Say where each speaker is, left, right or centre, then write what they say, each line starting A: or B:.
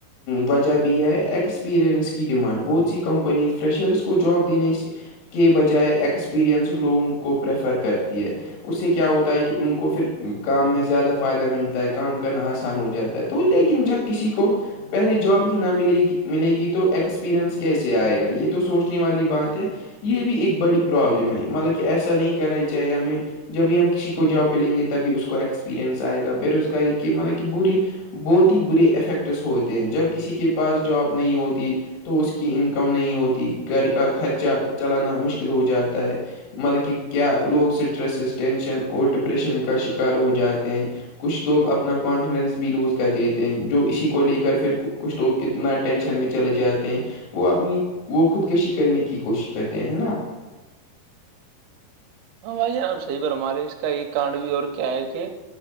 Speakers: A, on the left (about 80°); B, on the right (about 80°).
A: وجہ بھی ہے ایکسپریئنس کی ڈیمانڈ بہت سی کمپنی فریشرس کو جاب دینے کے بجائے ایکسپییرئنس لوگوں کو پریفر کرتی ہے اس سے کیا ہوتا ہے کہ ان کو پھر کام میں زیادہ فائدہ ملتا ہے کام کرنا آسان ہو جاتا ہے تو تو لیکن جب کسی کو پہلی جاب ہی نہ ملے ملے گی تو ایکسپییرئنس کیسے آئے گا یہ تو سوچ والی بات ہے یہ بھی ایک بڑی پرابلم ہے مطلب کہ ایسا نہیں کرنا چاہیے ہمیں جبھی ہم کسی کو جاب پہلیں گے تبھی اس کو ایکسپیریئنس آئے گا بے روزگاری کے مطلب کہ بوری بہت ہی برے افیکٹس ہوتے ہیں جب کسی کے پاس جاب نہیں ہوتی تو اس کی انکم نہیں ہوتی گھر کا خرچہ چلانا مشکل ہو جاتا ہے مطلب کہ کیا لوگ اسٹریسز ٹینشن اور ڈپریشن کا شکار ہو جاتے ہیں کچھ لوگ اپنا کانفیڈنس بھی لوز کر دیتے ہیں جو اسی کو لے کر پھر کچھ لوگ انا اپتنا ٹینشن میں چلے جاتے ہیں وہ اپنی وہ خودکشی کرنے کی کوشش کرتے ہیں ہے نا
B: ہاں بھائی نب صحیح پر ہمارے اس کا ایک کانڈ بھی اور کیا ہے کہ